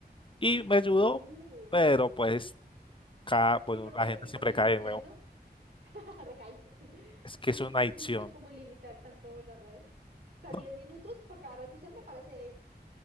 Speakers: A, on the left; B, on the right.
A: Y me ayudó,
B: Uh.
A: pero pues, cada, bueno,
B: ¿Y por
A: la
B: qué,
A: gente
B: y
A: siempre
B: por qué
A: cae
B: hiciste
A: de nuevo.
B: eso? <laughs> Recaíste.
A: Es que
B: ¿Y
A: es una
B: por
A: adicción.
B: qué quisiste como limitar tanto las redes? O sea,
A: No,
B: 10 minutos por cada red social me parece